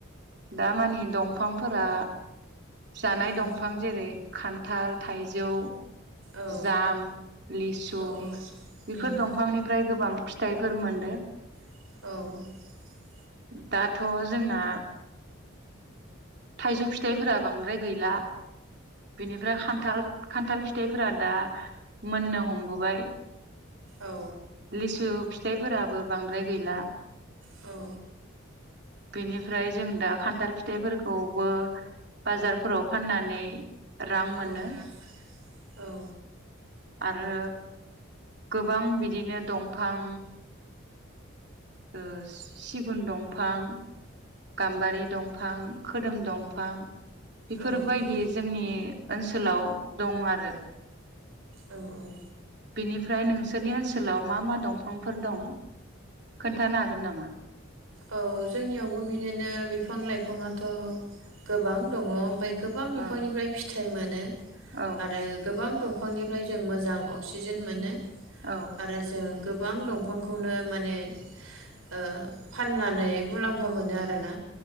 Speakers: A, on the right; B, on the right.
A: दामानि दंफांफोरा जानाय
B: औ
A: दंफां जेरै खान्थाल थाइ जौ
B: औ
A: जाम लिसु
B: औ औ
A: बेफोर
B: उम
A: दंफांनिफ्राय गोबां फिथाइफोर मोनदों
B: औ
A: दाथ जोंना थाइजौ फिथाइफोरा बांद्राय गैला बिनिफ्राय खान्थाल खान्थाल फिथाइफोरा दा मोननो हमबोबाय
B: औ
A: लिसु फिथाइफोराबो बांद्राय गैला
B: औ
A: बेनिफ्राय जों दा खान्थाल फिथाइफोरखौबो बाजार फोराव फाननानै रां मोनो
B: औ मोनो आलौ
A: आरो गोबां बिदिनो दंफां ओ सिगुन दंफां गाम्बारि दंफां खोदोम दंफां बेफोरबायदि
B: औ
A: जोंनि ओनसोलाव दं आरो
B: औ औ
A: बिनिफ्राय नोंसोरनि ओनसोलाव मा मा दंफांफोर दं खोन्थानो हागोन नामा?
B: औ जोंनियावबो बिदिनो बिफां लाइफाङा थ गोबां दङ ओमफ्राय गोबां
A: औ
B: बिफांनिफ्राय फिथाइ मोनो
A: औ
B: आरो गोबां दं बिफांनिफ्राय जों मोजां अक्सिजेन मोनो
A: औ
B: आरो जों गोबां दंफांखौनो माने ओ फाननानै मुलाम्फा मोनो आरोना